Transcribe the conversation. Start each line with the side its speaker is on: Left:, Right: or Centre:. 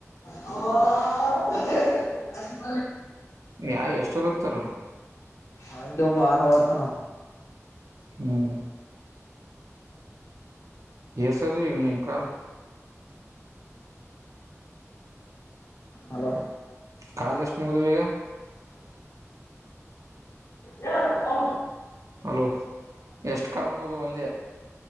Left: ಅ <unintelligible>
Right: ಯಾ ಎಷ್ಟ ಓದಿರ್ತಾರ
Left: ಅವಗೆ ಒಬ ಆನೆ ವರ್ತನ
Right: ಹ್ಮ್ ಎಸದು ನೀನು ಕಾಲ್
Left: ಹಲೋ
Right: ಕಾಲ ಎಷ್ಟು ಮುಗದು ಈಗ?
Left: ಯನ ಹೌ
Right: ಹಲೋ ಎಷ್ಟು ಕಾಲು ಮುಗದು ಅಂದೇ